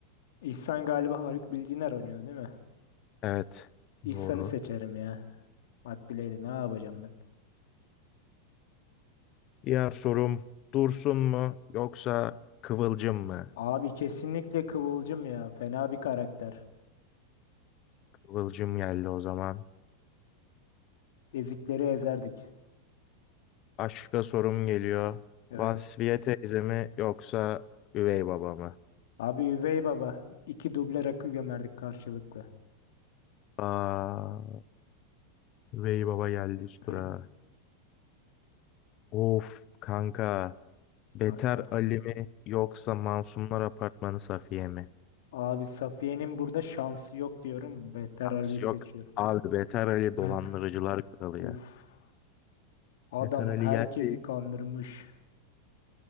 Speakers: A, on the left; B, on the left.
A: İhsan galiba Haluk Bilginer oynuyordu değil mi?
B: Evet,
A: İhsan'ı
B: doğru.
A: seçerim ya. Makbule'yle ne yapacağım ben?
B: Diğer sorum dursun mu yoksa kıvılcım mı?
A: Abi kesinlikle Kıvılcım ya. Fena bir karakter.
B: Kıvılcım geldi o zaman.
A: Ezikleri ezerdik.
B: Aşka sorum geliyor.
A: Evet.
B: Vasfiye teyze mi yoksa üvey baba mı?
A: Abi Üvey Baba. iki duble rakı gömerdik karşılıklı.
B: Aa, üvey baba geldi üst
A: <laughs>
B: durağa. Of kanka. Beter
A: Kanka.
B: Ali mi yoksa Masumlar Apartmanı Safiye mi?
A: Abi Safiye'nin burada şansı yok diyorum. Beter
B: Şans
A: Ali'yi seçiyorum.
B: Yok abi Beter Ali
A: <laughs>
B: dolandırıcılar kralı
A: Uf.
B: ya.
A: Adam
B: Beter Ali
A: herkesi
B: geldi.
A: kandırmış.